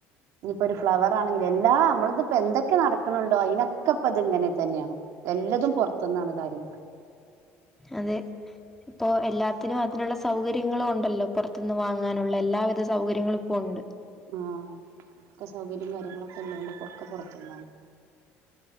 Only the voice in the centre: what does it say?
അതെ. ഇപ്പോ എല്ലാത്തിനും അതിനുള്ള സൗകര്യങ്ങളും ഒണ്ടല്ലോ. പൊറത്ത്ന്ന് വാങ്ങാനുള്ള എല്ലാവിധ സൗകര്യങ്ങളും ഇപ്പോ ഒണ്ട്.